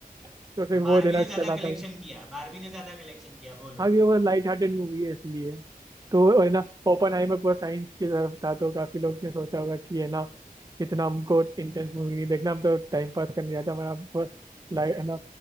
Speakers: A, on the right; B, in the centre.
A: तो फिर
B: और
A: वो
B: बारहवीं
A: देना
B: ने
A: चला
B: ज्यादा कलेक्शन
A: था
B: किया बारहवीं ने ज्यादा कलेक्शन किया बोलो
A: हाँ कि वो लाइट हार्टेड मूवी है इसलिए तो है ना ओपनहाइमर पूरा साइंस की तरफ था तो काफी लोग ने सोचा होगा कि है ना इतना हमको इंटेंस मूवी नहीं देखना हम तो टाइम पास करने जाते हैं, हमारा लाइट है ना